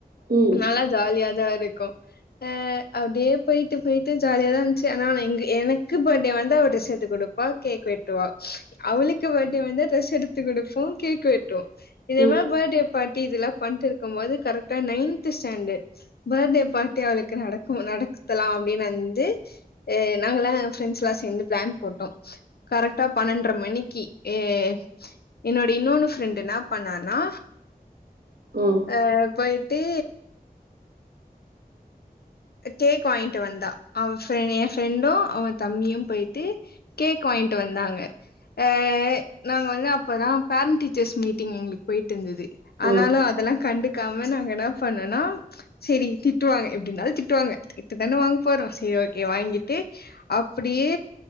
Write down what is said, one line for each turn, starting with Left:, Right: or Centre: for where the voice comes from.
Right: ம்
Left: நல்லா ஜாலியாதா இருக்கு அ அப்டியே போயிட்டு போயிட்டு ஜாலியாதா இருந்ச்சு ஆனா எங்க எனக்கு பர்டே வந்தா அவ டிரெஸ் எடுத்து குடுப்பா கேக் வெட்டுவா அவளுக்கு பர்டே வந்தா டிரெஸ் எடுத்து குடுப்போ கேக் வெட்டுவோ இதே
Right: ம்
Left: மாரி பர்டே பாட்டி இதெல்லா பண்ட்டிருக்கும் போது கரெக்டா நைன்த் ஸ்டாண்டட் பர்டே பார்ட்டி அவளுக்கு நடக்கும் நடக்குதலாம் அப்டின்னு வந்து அ நாங்கலா ஃப்ரெண்ட்ஸ்லா சேந்து பிளான் போட்டோ கரெக்டா பனென்ட்ர மணிக்கு ஏ என்னோட இன்னொன்னு ஃப்ரெண்டு என்ன பண்ணானா
Right: ம்
Left: ஆ போய்ட்டு கேக் வாங்கிட்டு வந்தா அவ என் ஃப்ரெண்டு அவ தம்பியு போய்ட்டு கேக் வாங்கிட்டு வந்தாங்க ஆ நாங்க வந்து அப்பதா பேரண்ட் டீச்சர்ஸ் மீட்டிங் எங்களுக்கு போயிட்டு இருந்தது ஆனாலு
Right: ம்
Left: அதெல்லா கண்டுக்காம நாங்க என்ன பண்ணோனா சேரி திட்டுவாங்க எப்டினாலு திட் டுவாங்க திட்டு தானே வாங்க போறோ செரி ஓகே வாங்கிட்டு அப்புடியே